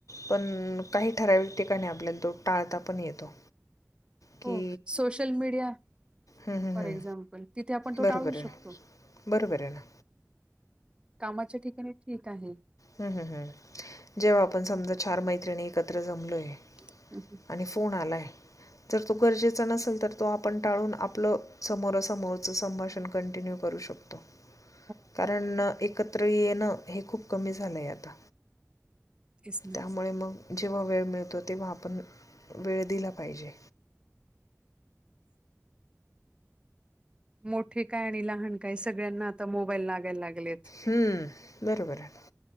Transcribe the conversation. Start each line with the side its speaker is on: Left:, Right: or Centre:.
Left: पण काही ठराविक ठिकाणी आपल्याला तो टाळता पण येतो. की
Right: हो सोशल मीडिया
Left: हम्म हम्म
Right: फॉर
Left: हम्म
Right: एक्झाम्पल तिथे आपण तो
Left: बरोबर
Right: टाळू
Left: आहे.
Right: शकतो.
Left: बरोबर आहे ना.
Right: कामाच्या ठिकाणी ठीक आहे.
Left: हम्म हम्म हम्म जेव्हा आपण समजा चार मैत्रिणी एकत्र जमलोय
Right: हं, हं.
Left: आणि फोन आलाय. जर तो गरजेचा नसेल तर तो आपण टाळून आपल समोरासमोरच संभाषण कंटिन्यू करू शकतो.
Right: <inaudible>
Left: कारण एकत्र येण हे खूप कमी झालय आता.
Right: तेच ना.
Left: त्यामुळे मग जेव्हा वेळ मिळतो तेव्हा आपण वेळ दिला पाहिजे.
Right: मोठे काय आणि लहान काय, सगळ्यांना आता मोबाईल लागायला लागलेत.
Left: हम्म बरोबर आहे.